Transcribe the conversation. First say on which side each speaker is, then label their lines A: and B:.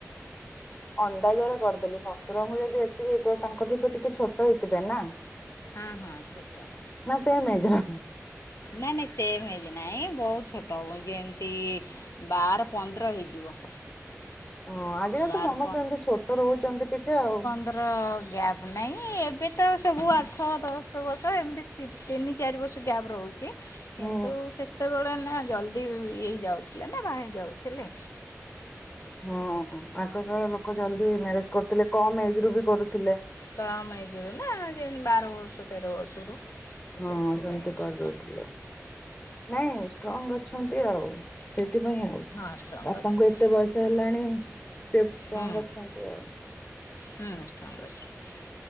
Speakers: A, on the left (about 30°); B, on the left (about 70°).
A: ଅନ୍ଦାଜରେ କରିଦେଲେ ଶ୍ୱଶୁରଙ୍କୁ ଯଦି ଏତିକି ହେଇଥିବ ତାଙ୍କଠୁ ତ ଟିକେ ଛୋଟ ହେଇଥିବେ ନା।
B: ହଁ ହଁ ଛୋଟ।
A: ନା ସେମ୍ ଏଜର।
B: ନାଇଁ ନାଇଁ ସେମ ଏଜ୍ ନାଇଁ ବହୁତ ଛୋଟ ଯେମିତି ବାର ପନ୍ଦର ହେଇଯିବ।
A: ହଁ ଆଜିକାଲି
B: ବାର
A: ତ ସମସ୍ତେ ଏମିତି ଛୋଟ ରହୁଛନ୍ତି ଟିକେ ଆଉ।
B: ନ୍ଦର ଗ୍ୟାପ୍ ନାହିଁ ଏବେ ତ ସବୁ ଆଠ ଦଶ ବର୍ଷ ଏମିତି ତିନି ଚାରି ବର୍ଷ ଗ୍ୟାପ୍ ରହୁଛି
A: ହୁଁ
B: କିନ୍ତୁ ସେତେବେଳେ ତ ନା ଜଲ୍ଦି ଇଏ ଯାଉଥିଲେ ନା ବାହା ହେଇ ଯାଉଥିଲେ।
A: ହଁ ଆଗକାାଳ ଲୋକ ଜଲ୍ଦି ମ୍ୟାରେଜ କରୁଥିଲେ କମ୍ ଏଜ ରୁ ବି କରୁଥିଲେ।
B: କମ ଏଜ୍ ରୁ ନା ଯେମତି ବାର ବର୍ଷ ତେର ବର୍ଷରୁ।
A: ହଁ
B: ସେଥିପାଇଁ
A: ସେମିତି କରିଦଉଥିଲେ।
B: କି
A: ନାଇଁ ଷ୍ଟ୍ରଙ୍ଗ ଅଛନ୍ତି ଆଉ ସେଥିପାଇଁ ଆଉ
B: ହଁ ଷ୍ଟ୍ରଙ୍ଗ
A: ବାପାଙ୍କୁ
B: ଅଛନ୍ତି
A: ଏତେ ବୟସ ତ ହେଲାଣି ସେ ଷ୍ଟ୍ରଙ୍ଗ
B: ହୁଁ
A: ଅଛନ୍ତି ଆଉ।
B: ହୁଁ ଷ୍ଟ୍ରଙ୍ଗ ଅଛନ୍ତି।